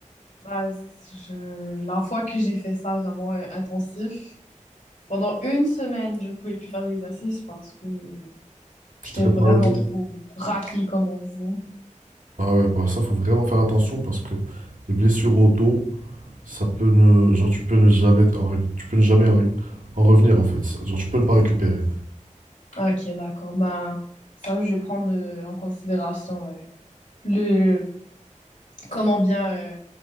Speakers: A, on the left; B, on the right.
A: Ouais, je- la fois que j'ai fait ça vraiment euh, intensif, pendant une semaine, je pouvais plus faire d'exercice parce que euh, j'étais
B: Tu t'es fait
A: vraiment
B: mal au dos?
A: trop raquée, comme on dit.
B: Ah ouais, bah ça, faut vraiment faire attention parce que les blessures au dos, ça peut ne... Genre, tu peux ne jamais, en ré- tu peux ne jamais en, ré- en revenir, en fait. Ça- Genre, tu peux ne pas récupérer.
A: Ok, d'accord. Ben, ça, je vais prendre euh, en considération ouais, le comment bien euh,